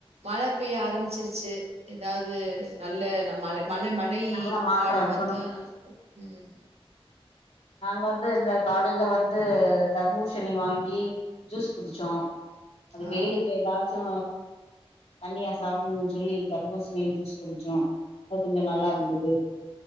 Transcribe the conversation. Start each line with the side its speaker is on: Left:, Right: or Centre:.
Right: மழ பெய்ய ஆரம்பிச்சிருச்சு எதாது நல்ல நம்ம மழ மழ மழை
Left: நல்ல மாற்றம்
Right: காலம்
Left: இருக்கணும்.
Right: வந்தா ம்
Left: நாங்க வந்து இந்த
Right: ஆமா.
Left: காலையில வந்து தர்பூஷணி வாங்கி ஜூஸ் குடிச்சோ அது
Right: ஆ,
Left: வெயிலுக்கு எதா ச்சு தனியா சாப்புன்னு சொல்லி தர்பூசனி ஜூஸ் குடிச்சோ அது கொஞ்சோ நல்லா
Right: ஆ,
Left: இருந்துது